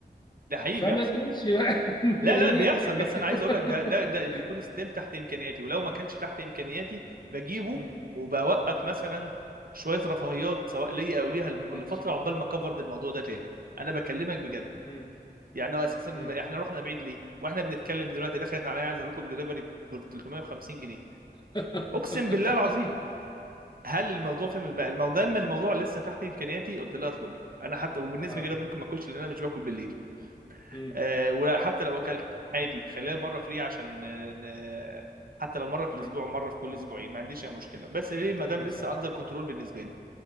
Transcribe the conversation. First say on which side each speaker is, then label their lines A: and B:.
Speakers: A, on the right; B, on the left.
A: ده حقيقي
B: فما
A: بيحصل
B: تقولش بقى <laughs> ان
A: لا
B: ايه
A: لا بيحصل بس
B: <laughs>
A: انا عايز اقول لك ده ده ده بيكون ستيل تحت امكانياتي ولو ما كانش تحت امكانياتي بجيبه
B: مم،
A: وبوقف مثلا شويه رفاهيات سواء ليا او ليها لم-
B: واتر
A: لفتره عقبال ما اكفر الموضوع ده تاني انا بكلمك بجد
B: مم،
A: يعني هو اساسا
B: مم.
A: احنا رحنا بعيد ليه واحنا بنتكلم دلوقتي دخلت عليا عايز اطلب دليفري ب 350 جنيه
B: <laughs>
A: اقسم بالله العظيم هل الموضوع فاهم الم- الموضوع دام الموضوع لسه تحت امكانياتي قلت لها اطلبي انا حتى وبالنسبه
B: اه
A: كده ممكن ما اكلش لان انا مش باكل بالليل
B: امم
A: أه وحتى لو اكلت عادي خليها مره فري عشان آه، ن- حتى لو مره في الاسبوع
B: امم
A: ومره في كل اسبوعين ما عنديش اي مشكله بس ليه ما
B: ايوه
A: دام لسه
B: صح
A: اندر كنترول بالنسبه لي